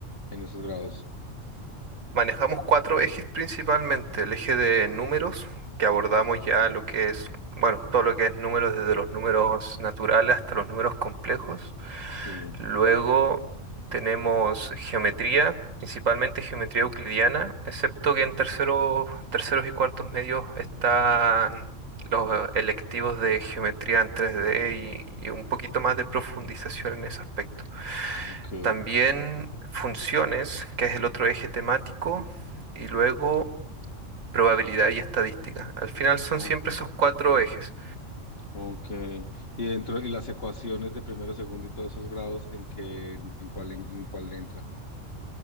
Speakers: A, on the left (about 50°); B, on the right (about 80°).
A: en esos grados?
B: Manejamos cuatro ejes principalmente, el eje de números, que abordamos ya lo que es, bueno, todo lo que es números, desde los números naturales hasta los números complejos.
A: Sí,
B: Luego tenemos geometría, principalmente geometría euclidiana, excepto que en terceros, terceros y cuartos medios están los electivos de geometría en 3D y, y un poquito más de profundización en ese aspecto.
A: ok,
B: También funciones, que es el otro eje temático, y luego probabilidad y estadística. Al final son
A: ok,
B: siempre esos cuatro ejes.
A: ok. Y dentro, y las ecuaciones de primero, segundo y todos esos grados, ¿en qué, en cuál, en, en cuál entra?